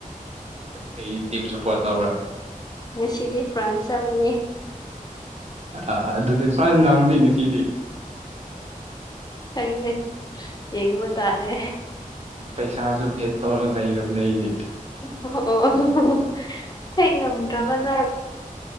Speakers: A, on the right (about 50°); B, on the left (about 30°).
A: ꯀꯩ ꯇꯤꯝ ꯁꯞꯄꯣꯔꯠ ꯇꯧꯔꯥ
B: ꯁꯤꯗꯤ ꯐ꯭ꯔꯥꯟꯁ ꯑꯃꯅꯤꯅꯦ
A: ꯑꯥ ꯑꯗꯨꯗꯤ ꯐ꯭ꯔꯥꯟꯁ ꯉꯥꯡꯃꯅꯤ ꯉꯁꯤꯗꯤ
B: ꯈꯪꯗꯦ ꯌꯦꯡꯕ ꯇꯥꯔꯦ
A: ꯄꯩꯁꯥꯁꯨ ꯕꯦꯠ ꯇꯧꯔꯒ ꯂꯩꯒꯝ ꯂꯩꯔꯤ
B: ꯑꯣ ꯑꯣ ꯉꯝꯗ꯭ꯔꯕ ꯅ